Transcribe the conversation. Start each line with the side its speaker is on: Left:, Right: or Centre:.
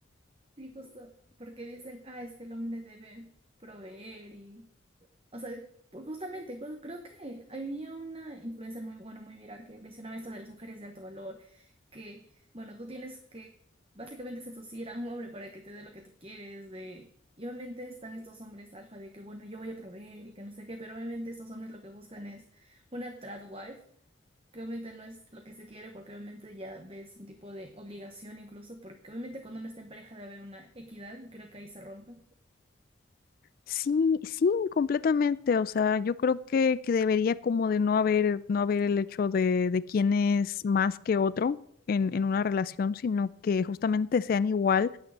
Right: sí, justo porque dicen, ah, es que el hombre debe proveer y O sea, por- justamente, creo, creo que había una influencer muy, bueno, muy viral que mencionaba esto de las mujeres de alto valor, que, bueno, tú tienes que básicamente seducir a un hombre para que te dé lo que tú quieres, de... Y obviamente están estos hombres alfa de que, bueno, yo voy a proveer y que no sé qué, pero obviamente estos hombres lo que buscan es una trad wife, que obviamente no es lo que se quiere porque obviamente ya ves un tipo de obligación incluso, porque obviamente cuando uno está en pareja debe haber una equidad y creo que ahí se rompe.
Left: Sí, sí, completamente. O sea, yo creo que, que debería como de no haber, no haber el hecho de, de quién es más que otro en, en una relación, sino que justamente sean igual